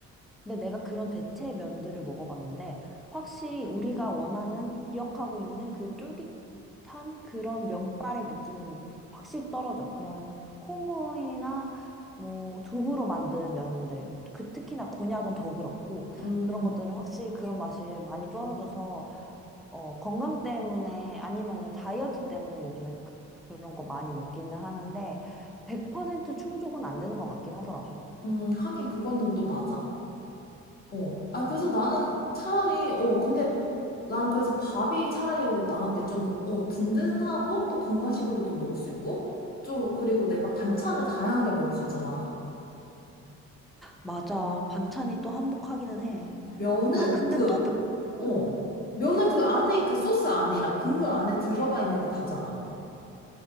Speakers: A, in the centre; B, on the left.
A: 근데 내가 그런 대체 면들을 먹어봤는데, 확실히 우리가 원하는, 기억하고 있는 그 쫄깃한 그런 면발의 느낌은 확실히 떨어져. 그런 콩이나 뭐 두부로 만든 면들, 그 특히나 곤약은 더 그렇고,
B: 음,
A: 그런 것들은 확실히 그런 맛이 많이 떨어져서, 어, 건강 때문에 아니면은 다이어트 때문에 요즘에 그- 그런 거 많이 먹기는 하는데, 100% 충족은 안 되는 것 같긴 하더라고.
B: 음, 하긴 그거는 또 맞아. 어. 아, 그래서 나는 차라리, 어, 근데 나는 그래서 밥이 차라리 도 나은 게 좀, 어, 든든하고 또 건강식으로도 먹을 수 있고, 좀, 그리고 내가 반찬을 다양하게 먹을 수 있잖아.
A: 맞아. 반찬이 또 한몫하기는 해.
B: 면은
A: 아, 근데
B: 그,
A: 또 몇 번은
B: 어, 면은 그 안에 그 소스 아니라 국물 안에 들어가 있는 게 다잖아.